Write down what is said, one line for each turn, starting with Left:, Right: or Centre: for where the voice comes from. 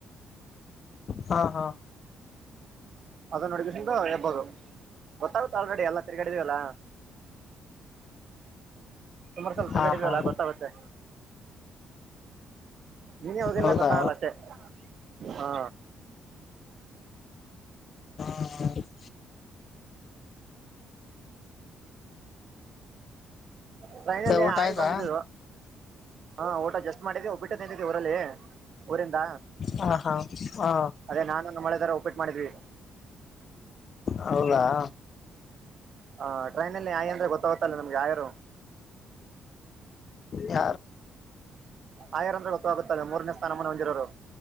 Left: ಹಾ ಹಾ
Right: ಅದ ಅಡಗ ಸ್ದ ಹರ್ಬೋದು ಗೊತ್ತಾಗುತ್ತಾ ಆಲ್ರೆಡಿ ಎಲ್ಲ ತಿರ್ಗಡಿದಲ್ಲ ಸುಮಾರ ಸಲ
Left: ಹಾ
Right: ತಿರ್ಗಡೆಲ್ಲ
Left: ಹಾ
Right: ಗೊತ್ತಾಗುತ್ತೆ ನೀನ್ ಅವದೆಲ್ಲ
Left: ಹೌದಾ
Right: ಗೊತ್ತಾಗಲ್ಲ ಅಷ್ಟೆ ಹಾ
Left: ಹ್ಮ್
Right: ಟ್ರೈನಲ್ಲಿ
Left: ಊಟ
Right: ಹಾಯಿ
Left: ಆಯ್ತಾ
Right: ಬಂದ ಹ ಊಟ ಜಸ್ಟ್ ಮಾಡಿದ್ದ ಬಿಟ್ಟ ತಿಂತತಿ ಊರಲ್ಲಿ ಊರಿಂದ
Left: ಹಾ ಹಾ ಹಾ
Right: ಅದೇ ನಾನು ಮಳೆದಾರ ಒಪ್ಪಿಟ್ ಮಾಡಿದ್ವಿ
Left: ಹೌದಾ
Right: ಹಾ ಟ್ರೈನಲ್ಲಿ ನಾಯಿ ಅಂದ್ರೆ ಗೊತ್ತಾಗತ್ತಲ್ಲ ನಮ್ಗೆ ಯಾರಾರು
Left: ಯ
Right: ಆಯರ್ ಅಂದ್ರೆ ಗೊತ್ತಾಗುತ್ತ ಅ ಮೂರನೇ ಸ್ಥಾನಮಾನ ಹೊಂದಿರೋರು